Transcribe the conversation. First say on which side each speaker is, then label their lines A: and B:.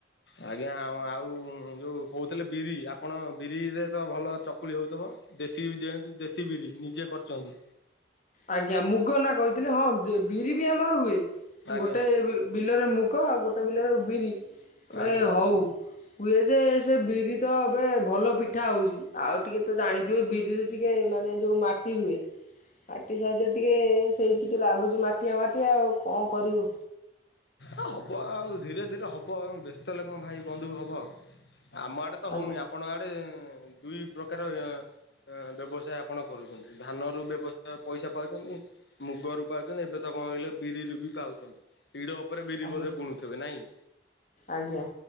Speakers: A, on the left; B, on the left.
A: ଆଜ୍ଞା ଆଉ-ଆଉ ଉଁ ଯୋଉ କହୁଥିଲେ ବିରି, ଆପଣ ବିରିରେ ତ ଭଲ ଚକୁଳି ହଉଥିବ? ଦେଶୀ ବି ଯେହେତୁ ଦେଶୀ ବିରି, ନିଜେ କରିଚନ୍ତି।
B: ଆଜ୍ଞା ମୁଗ ନା କହିଥିଲି, ହଁ ଦେ ବିରି ବି ଆମର ହୁଏ।
A: ଆଜ୍ଞା
B: ଗୋଟେ
A: ଆଜ୍ଞା।
B: ବି ବିଲରେ ମୁଗ ଆଉ ଗୋଟେ ବିଲରେ ବିରି ବେ
A: ଆଜ୍ଞା
B: ହଉ। ହୁଏ ଯେ ସେ ବିରି ତ ଏବେ ଭଲ ପିଠା ହଉଚି। ଆଉ ଟିକେ ତ ଜାଣିଥିବେ ବିରି ରେ ଟିକେ ମାନେ ଯଉ ମାଟି ରୁହେ। ମାଟି ସାହାଯ୍ୟରେ ଟିକେ ସେଇ ଟିକେ ଲାଗୁଚି ମାଟିଆ-ମାଟିଆ ଆଉ କଣ କରିବୁ।
A: ଅ ହବ ଆଉ ଧୀରେ ଧୀରେ ହବ, ବ୍ୟସ୍ତ ହେଲେ କଣ ଭାଇ ବନ୍ଧୁ ହବ। ଆମ ଆଡ଼େ ତ
B: ଆଜ୍ଞା
A: ହଉନି। ଆପଣଙ୍କ ଆଡେ ଦୁଇ ପ୍ରକାର ଏଁ ଏଁ ବ୍ୟବସାୟ ଆପଣ କରୁଚନ୍ତି। ଧାନ ରୁ ବ୍ୟବସାୟ ପଇସା ପାଉଚନ୍ତି। ମୁଗରୁ ପାଉଚନ୍ତି, ଏବେ ତ କଣ କହିଲେ ବିରିରୁ ବି ପାଉଚନ୍ତି। ହିଡ ଉପରେ ବିରି
B: ଆଜ୍ଞା।
A: ବଧେ ବୁଣୁଥୁବେ ନାଇଁ?
B: ଆଜ୍ଞା।